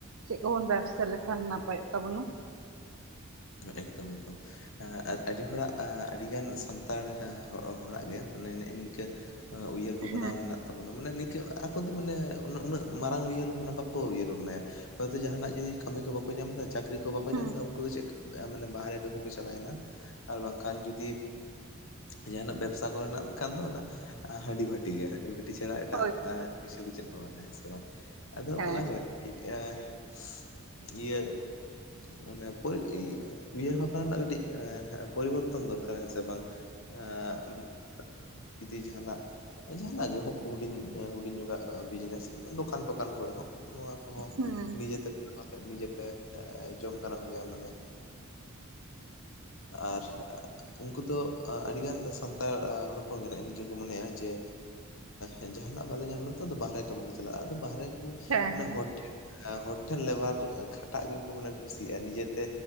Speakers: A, on the right (about 70°); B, on the left (about 65°).
A: ᱪᱮᱜ ᱠᱚᱵᱚᱱ ᱵᱮ ᱥᱟ ᱞᱮᱠᱷᱟᱱ ᱱᱟᱯᱟᱭᱚᱜ ᱛᱟᱵᱚᱱᱟ?
B: ᱮᱠᱫᱚᱢ ᱮᱠᱫᱚᱢ᱾ ᱟ-ᱟᱹᱰᱤ ᱦᱚᱲᱟᱜ ᱟ-ᱟᱹᱰᱤᱜᱟᱱ ᱥᱟᱱᱛᱟᱲ ᱦᱚ-ᱦᱚᱲᱟᱜ ᱜᱮ ᱢᱟᱱᱮ ᱱᱮᱜ-ᱮ ᱱᱤᱝᱠᱟᱹ ᱩᱭᱦᱟᱹᱨ ᱵᱷᱟᱵᱽᱱᱟ
A: ᱦᱮᱸ
B: ᱢᱮᱱᱟᱜ ᱛᱟᱵᱚᱱᱟ ᱢᱟᱱᱮ ᱱᱤᱝᱠᱟᱹ ᱟᱠᱚ ᱫᱚ ᱢᱟᱱᱮ ᱩᱱᱟᱹᱜ ᱢᱟᱨᱟᱝ ᱩᱭᱦᱟᱹᱨ ᱵᱷᱟᱵᱽᱱᱟ ᱵᱟᱠᱚ ᱩᱭᱦᱟᱹᱨ ᱵᱷᱟᱵᱽᱱᱟᱭᱟ? ᱦᱚᱭᱛᱚ ᱡᱟᱦᱟᱸᱱᱟᱜ ᱡᱩᱫᱤ ᱠᱟᱹᱢᱤ ᱠᱚ ᱵᱟᱠᱚ ᱧᱟᱢ ᱮᱫᱟ ᱪᱟᱹᱠᱨᱤ ᱠᱚ ᱵᱟᱠᱚ
A: ᱦᱮᱸ
B: ᱧᱟᱢ ᱮᱫᱟ ᱩᱱᱠᱩ ᱫᱚ ᱪᱮᱫ ᱠᱟ ᱮᱸ ᱢᱟᱱᱮ ᱵᱟᱦᱨᱮ ᱠᱟᱹᱢᱤ ᱠᱚ ᱪᱟᱞᱟᱣᱮᱱᱟ ᱟᱨ ᱵᱟᱝᱠᱷᱟᱱ ᱡᱩᱫᱤ ᱡᱟᱦᱟᱸᱱᱟᱜ ᱵᱮᱵᱽᱥᱟ ᱠᱚᱨᱮᱱᱟᱜ ᱠᱷᱟᱱ ᱫᱚ ᱚᱱᱟ ᱦᱟᱺᱰᱤ ᱵᱷᱟᱹᱴᱤ ᱜᱮ ᱦᱟᱺᱰᱤ ᱵᱟᱹᱴᱤ ᱪᱷᱟᱲᱟ ᱮᱴᱟᱜ
A: ᱦᱳᱭ
B: ᱠᱤᱪᱷᱩ ᱫᱚ ᱪᱮᱫ ᱦᱚᱸ ᱵᱟᱝ ᱦᱮᱸ ᱥᱮ ᱵᱟᱝ? ᱟᱫᱚ
A: ᱦᱮᱸ
B: ᱚᱱᱟ <unintelligible> ᱤᱭᱟᱹ ᱢᱟᱱᱮ <unintelligible> ᱤᱭᱟᱹ ᱩᱭᱦᱟᱹᱨ ᱵᱷᱟᱵᱽᱱᱟ ᱨᱮᱱᱟᱜ ᱠᱟᱹᱴᱤᱡ ᱯᱚᱨᱤᱵᱚᱨᱛᱚᱱ ᱫᱚᱨᱠᱟᱨ ᱦᱮᱸ ᱥᱮ ᱵᱟᱝ? ᱦᱮᱸ ᱡᱩᱫᱤ ᱡᱟᱦᱟᱸᱱᱟᱜ ᱡᱟᱦᱟᱸᱱᱟᱜ ᱜᱮ ᱦᱩᱰᱤᱧ ᱦᱩᱰᱤᱧ ᱧᱚᱜᱟᱜ ᱵᱤᱡᱽᱱᱮᱥ ᱫᱚᱠᱟᱱ ᱴᱠᱟᱱ ᱠᱚᱨᱮ ᱦᱚᱸ ᱱᱚᱣᱟ ᱠᱚᱦᱚᱸ
A: ᱦᱩᱸ
B: ᱱᱤᱡᱮᱛᱮ ᱠᱚᱨᱟᱣ ᱠᱟᱛᱮ ᱱᱤᱡᱮᱛᱮ ᱡᱚᱢ ᱜᱟᱱᱚᱜ ᱜᱮᱭᱟ ᱢᱟᱱᱮ ᱟᱨ <unintelligible> ᱩᱱᱠᱩ ᱫᱚ ᱟᱹᱰᱤᱜᱟᱱ ᱥᱟᱱᱛᱟᱲ ᱦᱚᱲ ᱠᱚ <unintelligible> ᱱᱤᱝᱠᱟᱹ ᱠᱚ ᱢᱚᱱᱮᱭᱟ ᱡᱮ ᱮᱸ ᱡᱟᱦᱟᱸᱱᱟᱜ ᱵᱟᱞᱮ ᱧᱟᱢ ᱞᱮᱫ ᱛᱮ ᱟᱫᱚ ᱵᱟᱦᱨᱮ ᱠᱟᱹᱢᱤ ᱞᱮ ᱪᱟᱞᱟᱜ-ᱟ ᱟᱫᱚ ᱵᱟᱦᱨᱮ
A: ᱦᱮᱸ
B: ᱢᱟᱱᱮ
A: ᱦᱮᱸ
B: ᱦᱚᱲ ᱴᱷᱮᱱ ᱦᱚᱲ ᱴᱷᱮᱱ ᱞᱮᱵᱟᱨ ᱠᱷᱟᱴᱟᱜ ᱜᱮᱠᱚ ᱢᱟᱱᱮ ᱠᱩᱥᱤᱭᱟᱜ-ᱟ ᱱᱤᱡᱮᱛᱮ